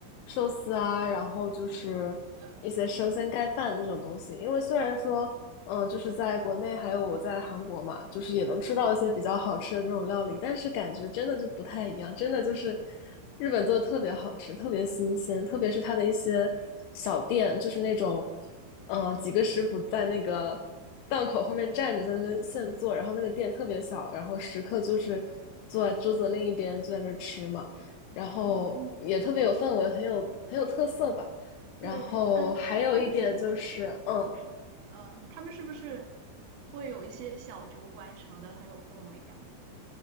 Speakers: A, on the left; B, on the right.
A: 寿司啊，然后就是一些生鲜盖饭那种东西。
B: 嗯，
A: 因为虽然说，嗯、就是在国内还有我在韩国嘛，就是也能吃到一些比较好吃的这种料理，但是感觉真的就不太一样，真的就是日本做的特别好吃，特别新鲜，特别是它的一些小店，就是那种。嗯，几个师傅在那个档口后面站着，在那边现做，然后那个店特别小，然后食客就是坐在桌子的另一边就在那儿吃嘛，然后也特别有氛围，
B: 哦，
A: 很有很有特色吧。然后还有一点就是，
B: 对，嗯，他他们是不是，
A: 嗯，
B: 嗯，他们是不是会有一些小酒馆什么的，很有氛围感？